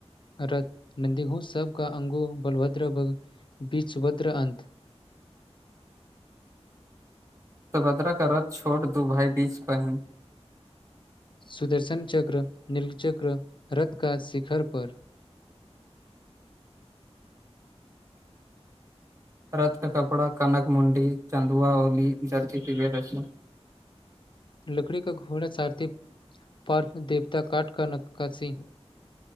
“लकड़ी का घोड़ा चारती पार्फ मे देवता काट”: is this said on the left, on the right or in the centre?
Left